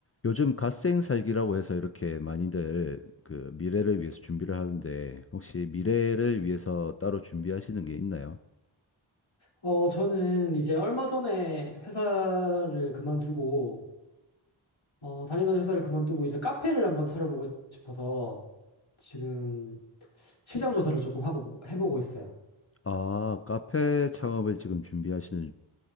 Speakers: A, on the left; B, on the left.
A: 요즘 갓생 살기라고 해서 이렇게 많이들 그 미래를 위해서 준비를 하는데 혹시 미래를 위해서 따로 준비하시는 게 있나요?
B: 어, 저는 이제 얼마 전에 회사를 그만두고, 어, 다니던 회사를 그만두고 이제 카페를 한번 차려보고 싶어서 지금 시장 조사를 조금 하고, 보- 해보고 있어요.
A: 아, 카페 창업을 지금 준비하시는